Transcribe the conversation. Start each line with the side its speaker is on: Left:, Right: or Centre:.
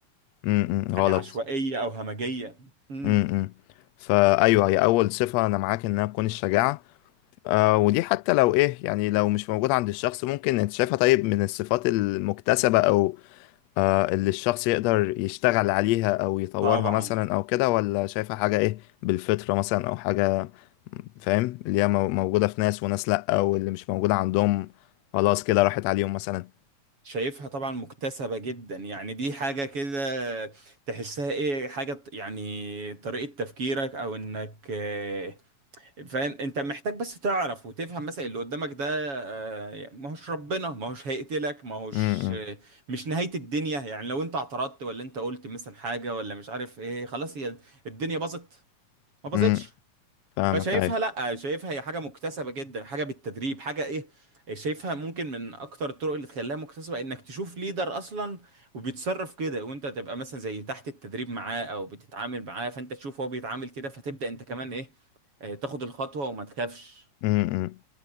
Left: م -م
Right: يعني
Left: غلط
Right: عشوائية او همجية امم
Left: م -م. فأيوه هي أول صفة أنا معاك إنها تكون الشجاعة آه ودي حتى لو إيه يعني لو مش موجودة عند الشخص ممكن أنت شايفها طيب من الصفات المكتسبة أو آه، اللي الشخص يقدر يشتغل عليها او يطورها
Right: طبعا
Left: مثلا او كده ولا شايفها حاجة ايه بالفطرة مثلا او حاجة فاهم اللي هي مو- موجودة في ناس وناس لأ واللي مش موجودة عندهم خلاص كده راحت عليهم مثلا
Right: شايفها طبعا مكتسبة جدا يعني دي حاجة كده تحسها ايه حاجة ط- يعني طريقة تفكيرك او انك آه، فاهم انت محتاج بس تعرف وتفهم مثلا اللي قدامك ده آه، يعني ما هوش ربنا ما هوش هيقتلك ما هوش
Left: امم
Right: آه، مش نهاية الدنيا يعني لو انت اعترضت ولا انت قلت مثلا حاجة ولا مش عارف ايه خلاص هي الدنيا باظت ما باظتش
Left: امم فاهمك
Right: فشايفها
Left: ايوه
Right: لا شايفها هي حاجه مكتسبه جدا حاجه بالتدريب حاجه ايه شايفها ممكن من اكتر الطرق اللي تخليها مكتسبه انك تشوف ليدر اصلا وبيتصرف كده وانت تبقى مثلا زي تحت التدريب معاه او بتتعامل معاه فانت تشوف هو بيتعامل كده فتبدا انت كمان ايه آه، تاخد الخطوه وما تخافش
Left: امم